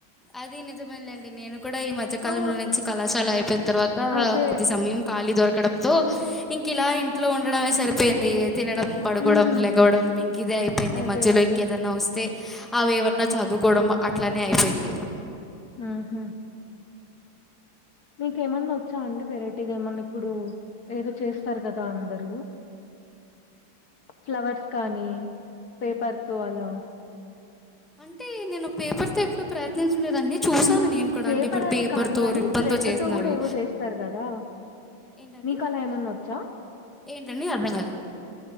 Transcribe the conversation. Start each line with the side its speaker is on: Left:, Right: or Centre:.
Centre: అది నిజమేలేండి నేను కూడా ఈ మధ్యకాలంలో
Left: ఆ!
Centre: నుంచి కళాశాల అయిపోయిన తర్వాత
Left: అదే.
Centre: కొద్ది సమయం ఖాళీ దొరకడంతో ఇంక ఇలా ఇంట్లో ఉండడమే సరిపోయింది తినడం పడుకోడం
Left: హ్మ్.
Centre: లెగవడం ఇంక ఇదే అయిపోయింది
Left: అదే.
Centre: మధ్యలో
Left: అదే.
Centre: ఇంకేదన్నా వస్త అయితే అవి ఏవన్నా చదువుకోవడం అట్లనే అయిపోయింది
Left: మ్మ్ హూ మీకెమన్నా వచ్చా అండి వెరైటీగా ఏమన్నా ఇప్పుడు ఏదో చేస్తారు కదా అందరు ఫ్లవర్స్ కానీ పేపర్తో అలా
Centre: అంటే నేను పేపర్ తో ఎప్పుడు ప్రయత్నించలేదండి చూసాను నేను కూడా
Left: పేపర్
Centre: అంటే ఇప్పుడు
Left: అనే
Centre: పేపర్తో
Left: కాదు గానీ
Centre: రిబ్బన్తో
Left: థ్రెడ్‌తో
Centre: చేస్తునారు
Left: గూడా ఏవో జేస్తారు గదా!
Centre: ఏంటండి
Left: మీకలా ఏమన్నా వచ్చా?
Centre: ఏంటండి అర్థం కాలేదు